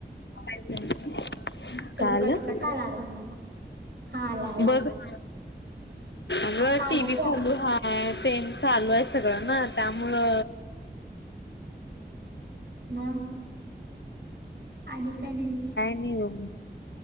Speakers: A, on the left; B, on the right.
A: <unintelligible>
B: तुझा
A: काय आलं
B: कटकट आला लागला मला हा आला आला
A: बघ
B: आता.
A: अगं
B: आता
A: टी
B: आला
A: व्ही
B: की आवाज
A: चालू आहे पेन चालू आहे सगळं ना त्यामुळं
B: म आणि काय नवीन?
A: नी वम